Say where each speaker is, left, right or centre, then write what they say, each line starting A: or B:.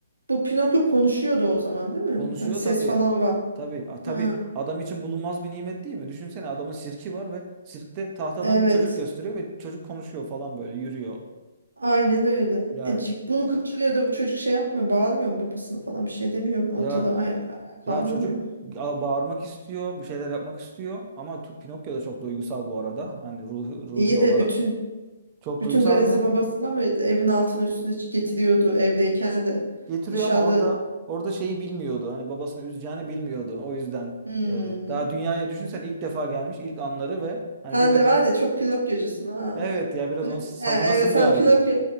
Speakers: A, on the right; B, on the right.
A: bu Pinokyo konuşuyordu o zaman değil mi?
B: Konuşuyor
A: Hani ses
B: tabii.
A: falan var.
B: Tabii. A, tabii
A: Ha,
B: adam için bulunmaz bir nimet değil mi? Düşünsene adamın sirki var ve sirkte tahtadan
A: evet.
B: bir çocuk gösteriyor ve çocuk konuşuyor falan böyle yürüyor.
A: Aynen öyle.
B: Yani
A: E, c- bunu kaçırıyor da bu çocuk şey yapmıyor, bağırmıyor mu babasını falan bir şey demiyor mu? Ortada
B: ya
A: ay ayağa kaldırmıyor
B: ya çocuk
A: mu?
B: a- bağırmak istiyor, bir şeyler yapmak istiyor ama tu- Pinokyo da çok duygusal bu arada. Hani ruhi, ruhi
A: İyi
B: olarak
A: de bütün
B: çok
A: bütün
B: duygusal
A: garezi
B: ve
A: babasına mıydı? Evin altını üstüne ç- getiriyordu evdeyken de.
B: getiriyor
A: Dışarıda
B: ama orada orada şeyi bilmiyordu. Hani babasını üzeceğini bilmiyordu. O yüzden
A: hmm.
B: e, daha dünyaya düşünsen ilk defa gelmiş, ilk anları ve hani
A: Sen
B: bir beb-
A: de var ya çok Pinokyocusun ha.
B: Evet ya biraz
A: Ne-
B: onu savunasım
A: Ha, evet sen
B: geldi.
A: Pinokyo.